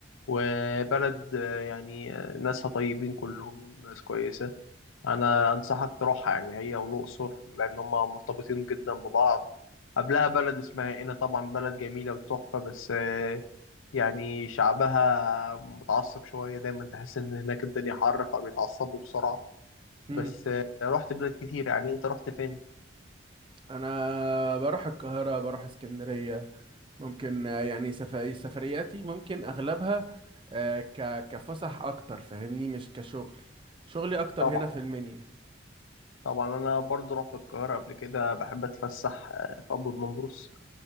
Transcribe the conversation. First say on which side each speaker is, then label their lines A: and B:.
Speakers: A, on the left (about 85°); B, on the right (about 25°).
A: وبلد يعني ناسها طيبين كلهم ناس كويسة انا انصحك تروحها يعني هي والاقصر لان هما مرتبطين جدا ببعض قبلها بلد اسمها قنا طبعا بلد جميله وتحفه بس آه، يعني شعبها متعصب شويه دايما تحس ان هناك الدنيا حر فبيتعصبوا بسرعه
B: امم
A: بس آه، رحت بلاد كتير يعني انت رحت فين
B: انا بروح القاهره بروح اسكندريه ممكن آه، يعني سفا- سفرياتي ممكن اغلبها آه، ك كفسح اكتر فاهمني مش كشغل شغلي اكتر
A: طبعا
B: هنا في المنيا
A: طبعا انا برضو رحت القاهره قبل كده بحب اتفسح آه، في ابو النمرس